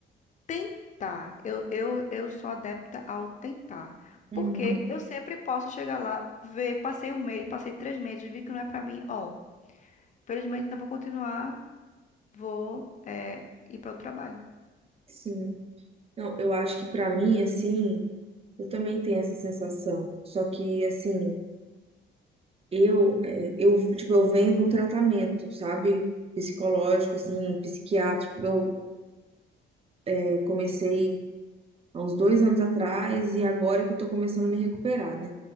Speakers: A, on the left; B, on the right.
A: tentar. Eu, eu, eu sou adepta ao tentar.
B: uhum,
A: Porque eu sempre posso chegar lá, ver, passei um mês, passei três meses, vi que não é pra mim. Ó, infelizmente não vou continuar, vou é, ir para o trabalho.
B: sim. Não, eu acho que pra mim, assim, eu também tenho essa sensação. Só que, assim. Eu, é, eu, tipo, eu venho de um tratamento, sabe? Psicológico, assim, psiquiátrico. Eu, é, comecei há uns dois anos atrás e agora que eu tô começando a me recuperar, né?